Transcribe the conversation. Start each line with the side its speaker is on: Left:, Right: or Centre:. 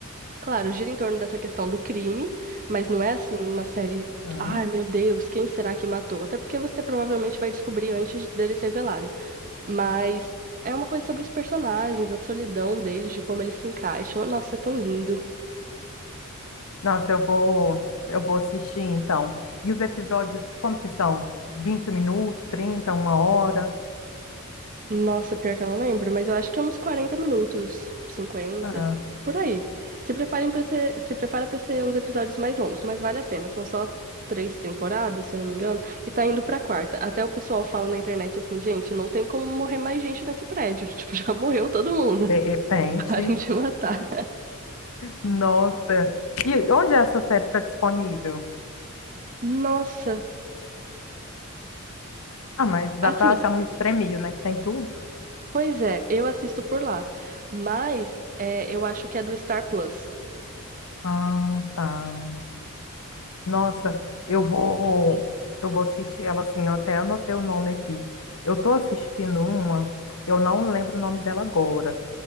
Right: claro, gira em torno dessa questão do crime, mas não é assim uma série,
Left: Uhum.
Right: ai meu Deus, quem será que matou? Até porque você provavelmente vai descobrir antes deles se revelarem. Mas é uma coisa sobre os personagens, a solidão deles, de como eles se encaixam. Nossa, é tão lindo.
Left: Nossa, eu vou, eu vou assistir então. E os episódios, como que são? 20 minutos, 30, uma hora?
Right: Nossa, pior que eu não lembro, mas eu acho que é uns 40 minutos, cinquenta,
Left: Ah,
Right: por aí. Se preparem para ser, se prepara para ser uns episódios mais longos, mas vale a pena. São só três temporadas, se eu não me engano, e tá indo pra quarta. Até o pessoal fala na internet assim, gente, não tem como morrer mais gente nesse prédio. <laughs> Tipo, já morreu todo mundo.
Left: de repente.
Right: <laughs> Parem de matar.
Left: Nossa. E onde é essa série está disponível?
Right: Nossa,
Left: Ah, mas dá
Right: assim,
Left: para achar no Stremio, né? Que tem tudo.
Right: pois é, eu assisto por lá, mas é, eu acho que é do Star Plus.
Left: Ah, tá. Nossa, eu vou, eu vou assistir ela assim. Eu até anotei o nome aqui. Eu tô assistindo uma, eu não lembro o nome dela agora,